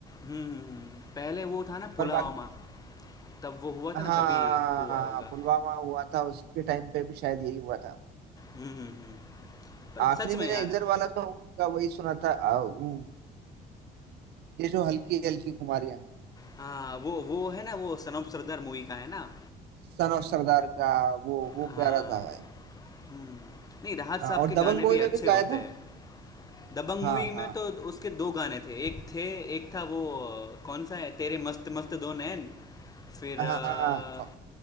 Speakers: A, on the left; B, on the right.
A: हुँ, हुँ, हुँ। पहले वो था ना पुलवामा,
B: पर बाकी
A: तब वो हुआ
B: हाँ
A: था ना तभी हुआ होगा।
B: पुलवामा हुआ था उसके टाइम पे भी शायद यही हुआ था
A: हुँ, हुँ, हुँ। पर
B: आखिरी
A: सच में
B: मैंने
A: यार
B: इधर वाला तो उनका वही सुना था आ, वो, ये जो हल्की हल्की खुमारियाँ
A: हाँ, वो वो है ना वो सनम सरदार मूवी का है ना?
B: सन ऑफ सरदार का वो वो
A: हाँ।
B: प्यारा था भाई
A: हुँ। नहीं राहत
B: हाँ,
A: साहब
B: और
A: के
B: दबंग
A: गाने
B: मूवी
A: भी
B: में
A: अच्छे
B: भी गाया
A: होते
B: था
A: हैं। दबंग
B: हाँ
A: मूवी
B: हाँ
A: में तो उसके दो गाने थे एक थे एक था वो अ, कौन सा है तेरे मस्त मस्त दो नैन फिर
B: हाँ
A: अ,